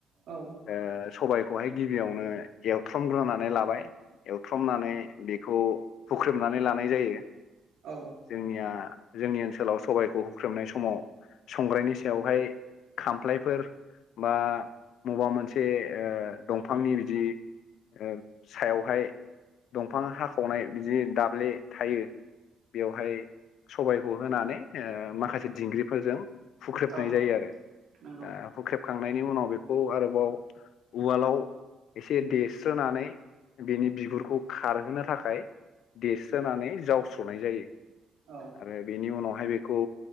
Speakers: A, on the right; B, on the left.
A: औ
B: ओ सबायखौहाय गिबियावनो एवथ्रमग्रोनानै लाबाय एवथ्रमनानै बेखौ हुख्रेमनानै लानाय जायो
A: औ
B: जोंनिया जोंनि ओनसोलाव सबायखौ हुख्रेमनाय समाव संग्रायनि सायावहाय खामफ्लायफोर बा मबबा मोनसे ओ दंफांनि बिदि ओ सायावहाय दंफां हाखावनाय बिदि दाब्ले थायो बेवहाय सबायखौ होनानै ओ माखासे दिंग्रिफोरजों हुख्रेबनाय
A: औ
B: जायो आरो
A: नंगौ
B: दा हुख्रेबखांनायनि उनाव बेखौ आरोबाव उवालाव एसे देस्रोनानै बेनि बिगुरखौ खारहोनो थाखाय देरस्रोनानै जावस्र'नाय जायो
A: औ
B: आरो बेनि उनावहाय बेखौ